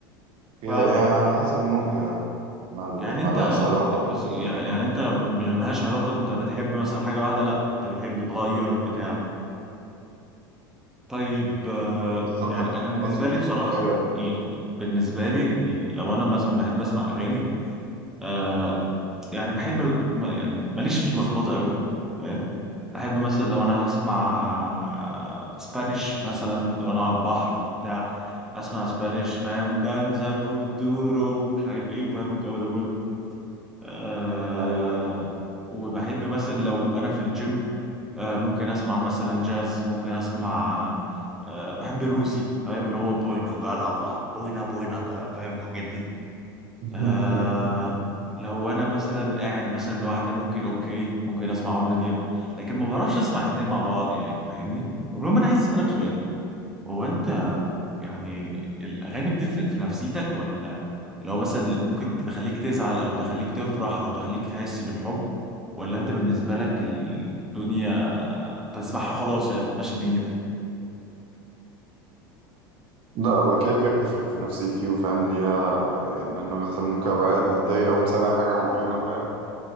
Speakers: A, on the right; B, in the centre.
A: كده
B: فاهمك
A: يعني على حسب مودي يعني مل-
B: يعني
A: ملهاش
B: انت
A: علاقة ب-
B: بص يعني يعني انت ملهاش علاقة انت بتحب مثلا حاجة واحدة لا انت بتحب تغير بتاع طيب آه،
A: بالظبط
B: يعني
A: انا
B: انا بالنسبة
A: اصلا
B: لي بصراحة
A: بغير في-
B: يعني بالنسبة لي لو انا مثلا بحب اسمع اغاني آه يعني بحب ما- يعني ماليش في اللخبطة قوي فاهم احب مثلا لو انا هسمع اسبانيش مثلا لو انا على البحر بتاع اسمع اسبانيش فاهم دانزا كودورو مش عارف ايه وفاهم الجو ده كله آه
A: ايوه
B: وبحب مثلا لو انا في الجيم آه ممكن اسمع مثلا جاز ممكن اسمع آه بحب الروسي فاهم اللي هو بوينا جالافا بوينا بوينا جالافا فاهم الحاجات دي
A: <laughs>
B: آه لو انا مثلا قاعد مثلا لوحدي ممكن اوكي ممكن اسمع عمرو دياب لكن ما بعرفش اسمع اتنين مع بعض يعني فاهمني المهم انا عايز اسالك سؤال هو انت يعني الاغاني بتفرق في نفسيتك ولا لو مثلا ممكن تخليك تزعل او تخليك تفرح او تخليك تحس بالحب ولا انت بالنسبه لك الدنيا بتسمعها خلاص يعني بتمشي دنيتك
A: لا هو كده كده بتفرق في نفسيتي وفاهم ليها يعني انا مثلا ممكن ابقى قاعد متضايق اقوم سامع حاجه معينه فاهم